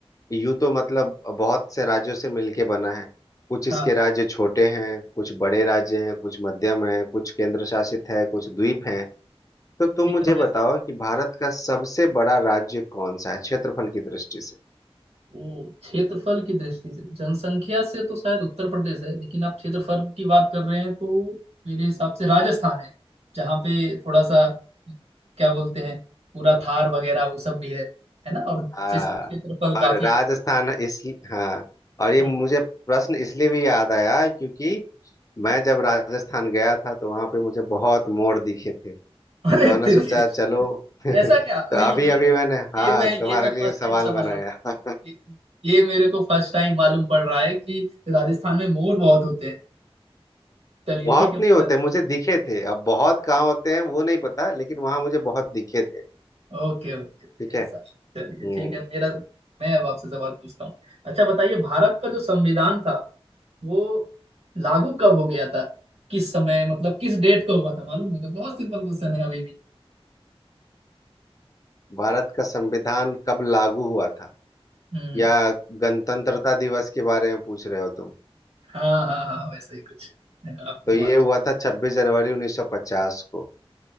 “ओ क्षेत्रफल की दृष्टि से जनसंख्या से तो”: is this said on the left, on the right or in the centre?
Right